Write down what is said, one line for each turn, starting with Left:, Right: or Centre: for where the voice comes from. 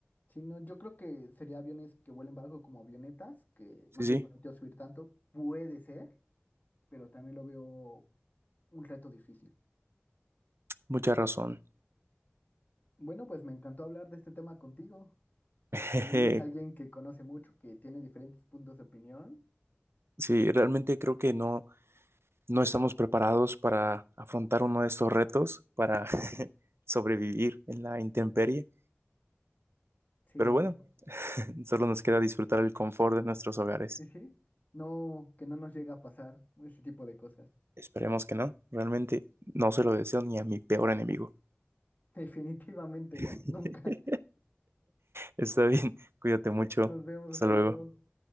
Left: Sí, no, yo creo que sería aviones que vuelen bajo como avionetas, que no
Right: Sí, sí,
Left: tienen permitido subir tanto, puede ser, pero también lo veo un reto difícil.
Right: mucha razón.
Left: Bueno, pues me encantó hablar de este tema contigo.
Right: <laughs>
Left: Eres alguien que conoce mucho, que tiene diferentes puntos de opinión.
Right: Sí, realmente creo que no. No estamos preparados para afrontar uno de estos retos, para <laughs> sobrevivir en la intemperie,
Left: Sí,
Right: pero
Left: no.
Right: bueno, <laughs> solo nos queda disfrutar el confort de nuestros hogares.
Left: y Sí. No, que no nos llega a pasar ese tipo de cosas.
Right: Esperemos que no, realmente no se lo deseo ni a mi peor enemigo.
Left: <laughs> Definitivamente
Right: <laughs>
Left: no, nunca.
Right: Está bien, cuídate mucho,
Left: Nos vemos,
Right: hasta
Left: hasta
Right: luego.
Left: luego.